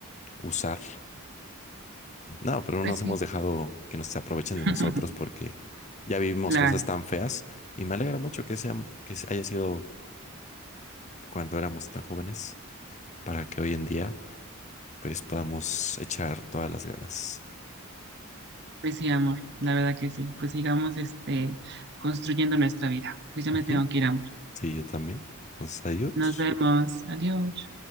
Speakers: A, on the left; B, on the right.
A: usar, no, pero no
B: Pues
A: nos
B: sí,
A: hemos dejado que nos aprovechen
B: <laughs>
A: de nosotros porque ya vivimos
B: claro,
A: cosas tan feas y me alegra mucho que sea, que haya sido cuando éramos tan jóvenes para que hoy en día pues podamos echar todas las ganas.
B: pues sí, amor, la verdad que sí. Pues sigamos este construyendo nuestra vida. Pues ya
A: Ujú.
B: me tengo que ir, amor.
A: Sí, yo también. Entonces, adiós.
B: Nos vemos. Adiós.